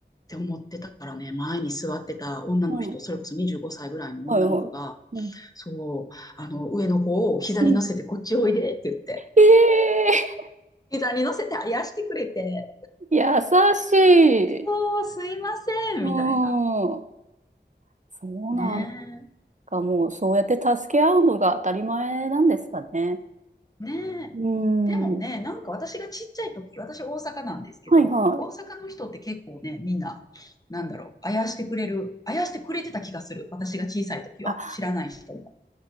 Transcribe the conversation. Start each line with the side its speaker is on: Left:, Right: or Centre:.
Left: て思ってたからね、前に座ってた女の人、
Right: うん
Left: それこそ25歳ぐらいの女の子が、
Right: はいはいうん。
Left: そう、あの、上の子を膝に乗せてこっちおいでって言って、
Right: うん。ええ
Left: 膝に乗せてあやしてくれて、
Right: ー、優しい。
Left: そう、すいません、
Right: うん。
Left: みたいな。
Right: そうなん
Left: ね
Right: か、もう、そうやって助け合うのが当たり前なんですかね。
Left: え、ねえ。
Right: うん。
Left: でもね、なんか私がちっちゃい時、私大阪なんですけど、
Right: はいはい。
Left: 大阪の人って結構ね、みんな、なんだろう、あやしてくれる、あやしてくれてた気がする。私が小さい時は、
Right: あ、
Left: 知らない人も。